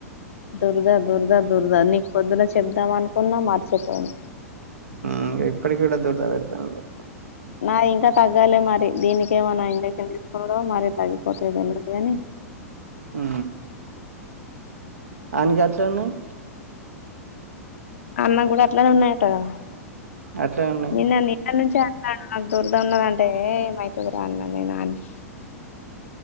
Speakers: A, on the left; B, on the right.
A: దురదా దురదా దురదా నీక్ పొద్దున చెబుదాం అనుకున్న మర్చెపొయిన
B: ఉ ఇప్పటికిగుడ దుర్ద పెడ్తాంది
A: నా ఇంక తగ్గాలే మరి దీనికి ఏమనా ఇంజక్షన్ తీసుకున్నార మరి తగ్గిపోతద అందుకని
B: ఉ ఆనికి అట్లఉన్నయ్
A: అన్న గుడఅట్లనే ఉన్నయట గ
B: అట్లనె ఉ
A: నిన్న నినట్ నుంచి అంటాడు నాకు దూరద ఉన్నదంటే ఏ ఏమైతదిర అన్న నేను ఆని